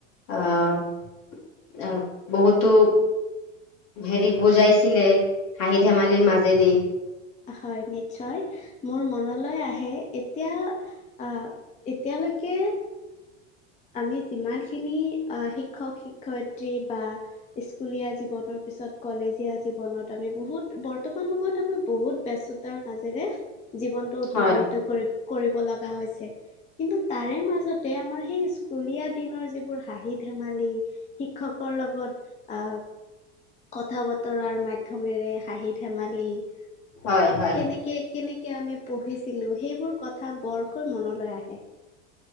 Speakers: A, on the left; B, on the left.
A: আহ আহ বহুতো হেৰি বুজাইছিলে হাঁহি ধেমালিৰ মাজেদি
B: হয় নিশ্চয় মোৰ মনলৈ আহে এতিয়া আহ এতিয়ালৈকে আমি যিমানখিনি আহ শিক্ষক শিক্ষয়িত্ৰী বা স্কুলীয়া জীৱনৰ পিছত কলেজীয়া জীৱনত আমি বহুত বৰ্তমান সময়ত আমি বহুত ব্যস্ততাৰ মাজেৰে জীৱনটো অতিবাহিত
A: হয়
B: কৰি কৰিব লগা হৈছে কিন্তু তাৰে মাজতে আমাৰ সেই স্কুলীয়া দিনৰ যিবোৰ হাঁহি ধেমালি শিক্ষকৰ লগত আহ কথা বতৰাৰ মাধ্যমেৰে হাঁহি ধেমালি কেনেকে
A: হয় হয়
B: কেনেকে আমি পঢ়িছিলো সেইবোৰ কথা বৰকৈ মনলৈ আহে